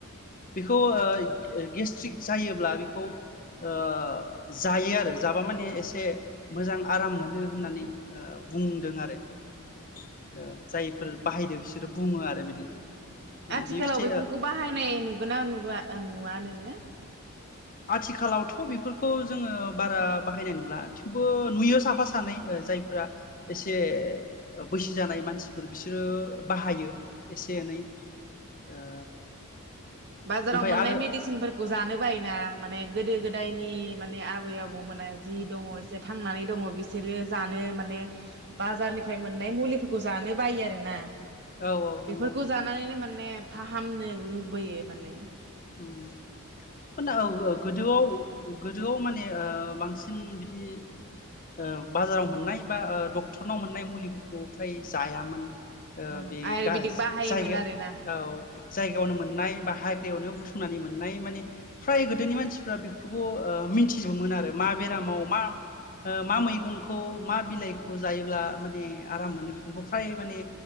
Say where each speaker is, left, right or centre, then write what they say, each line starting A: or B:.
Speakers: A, on the left; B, on the right.
A: बेखौ ओइ ओ गेस्ट्रिक जायोब्ला बेखौ ओ जायो आरो जाबा माने एसे मोजां आराम मोनो होननानै ओ बुंदों आरो ओ जायफोर बाहायदो बिसोरो बुङो आरो बिदि माने
B: आथिखालाव
A: बे फिथाइया
B: बेफोरखौ बाहायनाय नुगोना नुवा नुवा नों हो
A: आथिखालावथ' बेफोरखौ जोङो बारा बाहायनाय नुला थेवबो नुयो साफा सानै ओ जायफोरा एसे बैसो जानाय मानसिफोर बिसोरो बाहायो एसे एनै ओ
B: बाजाराव
A: ओमफ्राय
B: मोननाय
A: आरो
B: मेडिसिनफोरखौ जानो बायो ना? माने गोदो गोदायनि माने आबै आबौमोना जि दङ एसे थांनानै दङ बिसोरो जानो माने बाजारनिफ्राय मोननाय मुलिफोरखौ जानो बायो आरो ना
A: औ औ नंगौ
B: बेफोरखौ जानानैनो माने फाहामनो लुबैयो। माने
A: ओं फोना औ औ गोदोआव गोदोआव माने ओ बांसिन बिदि ओ बाजाराव मोननाय बा ओ डक्टरनाव मोननाय मुलिफोरखौ फ्राय जायामोन ओ
B: उम
A: बे
B: आयुरवेदिक
A: गाज
B: बाहायोमोन
A: जायगा
B: आरोना
A: औ जायगायावनो मोननाय बाहाय यावनो बु थुमनानै मोननाय माने फ्राय गोदोनि मानसिफ्रा बेफोरखौ ओ मिथिजोबोमोन आरो मा बेरामाव मा ओ मा मैगंखौ मा बिलाइखौ जायोब्ला माने आराम मोनो बेफोरखौ फ्राय माने